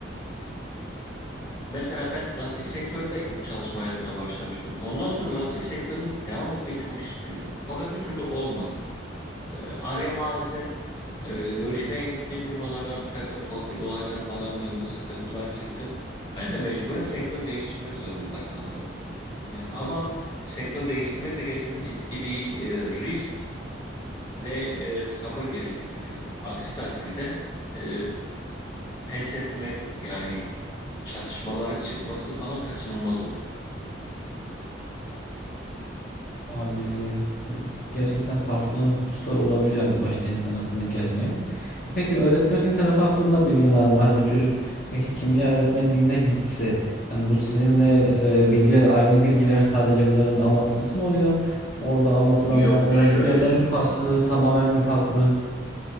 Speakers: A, on the left; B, on the left.
A: e, mesela ben lastik sektöründe ilk çalışma hayatına başlamıştım. Ondan sonra lastik sektöründe devam etmeyi çok istiyordum. Fakat bir türlü olmadı. E, araya maalesef e, görüşmeye gittiğim firmalarda bir takım torpil olayları falan döndü, sıkıntılar çıktı. Ben de mecburen sektör değiştirmek zorunda kaldım. E, ama sektör değiştirmek de gerçekten ciddi bir e, risk ve e, sabır gerektiriyor. Aksi takdirde e, pes etmek yani çatışmaları çıkması falan kaçınılmaz oluyor.
B: Abi gerçekten farklı hususlar olabiliyor hani başta insan aklına gelmeyen. E, Peki öğretmenlik tarafı hakkında bilgin var mı? Hani bir çocuk peki kimya öğretmenliğine gitse hani bu sizinle e, bilgiler aynı bilgiler sadece bunların anlatıcısı mı oluyor? Orada anlatılanlar
A: Yok
B: öğrendiklerden
A: şöyle söyleyeyim
B: mi farklı,
A: sana.
B: tamamen mi farklı?